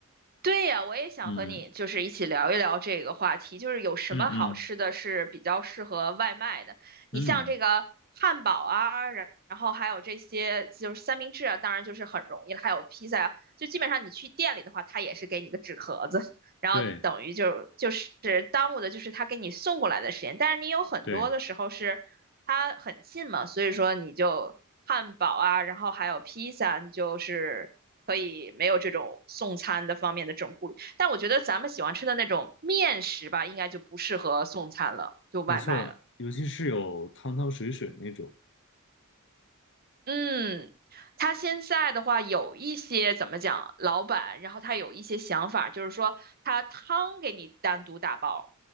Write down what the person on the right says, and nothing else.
对呀，我也想和你就是一起聊一聊这个话题，
就是有什么好吃的是比较适合外卖的。
你像这个汉堡啊，
然然后还有这些就是三明治啊，当然就是很容易了，还有披萨啊，就基本上你去店里的话，它也是给你个纸盒子，然后等于就就是耽误的就是他给你送过来的时间。
但是你有很多的时候是它很近嘛，
所以说你就汉堡啊，然后还有披萨，你就是。可以没有这种送餐的方面的这种顾虑。但我觉得咱们喜欢吃的那种面食吧，应该就不适合送餐了，就外卖了。
嗯，他现在的话有一些怎么讲，老板，然后他有一些想法，就是说他汤给你单独打包，